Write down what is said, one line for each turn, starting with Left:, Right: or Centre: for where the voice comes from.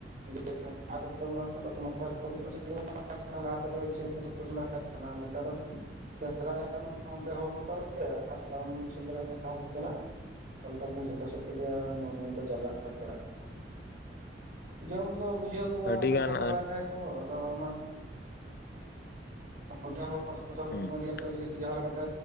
Right: ᱡᱮ ᱞᱟᱦᱟᱛᱮᱫᱚ ᱩᱸᱱᱟᱹᱜ ᱫᱚ ᱢᱳᱵᱟᱭᱤᱞ <unintelligible> ᱪᱟᱹᱞᱩ ᱵᱟᱝ ᱛᱟᱸᱦᱮ ᱞᱟᱦᱟ ᱛᱮᱫᱚ ᱤᱪᱽᱪᱷᱟᱹ ᱢᱚᱛᱚ ᱠᱚ ᱥᱮᱸᱫᱽᱨᱟᱭᱮᱜ ᱠᱟᱱᱟ, ᱱᱮᱛᱟᱨ ᱫᱚ ᱥᱮᱸᱫᱽᱨᱟᱭᱟᱢ ᱚᱱᱛᱮ ᱦᱚᱸ ᱵᱚᱛᱚᱨ ᱜᱮᱭᱟ ᱟᱨ ᱵᱟᱢ ᱥᱮᱸᱫᱽᱨᱟᱭ ᱛᱮᱦᱚᱸ ᱡᱟᱞᱟ ᱾ ᱛᱟᱦᱚᱞᱮ ᱠᱷᱟᱱ ᱫᱚ ᱡᱚᱛᱚ ᱥᱮᱫ ᱛᱮᱜᱮ ᱢᱟᱹᱱᱢᱤ ᱠᱚ ᱡᱟᱞᱟᱜ ᱨᱮ ᱯᱟᱲᱟᱜ ᱠᱟᱱᱟ ᱾ ᱡᱚᱢ ᱫᱚ ᱵᱩᱡᱷᱟᱹᱣ ᱠᱚᱣᱟ
Left: ᱟᱹᱰᱤᱜᱟᱱ
Right: ᱟᱫᱚ ᱥᱮᱸᱫᱽᱨᱟᱭᱟᱠᱚ
Left: ᱟᱹᱱ
Right: ᱟᱫᱚ ᱚᱱᱟ ᱚᱱᱛᱮ ᱦᱚᱸ ᱥᱳᱥᱟᱞ
Left: ᱦᱩᱸ
Right: ᱢᱤᱰᱤᱭᱟ ᱨᱮ ᱡᱩᱫᱤ ᱡᱟᱦᱟᱸ ᱞᱮᱠᱟᱛᱮ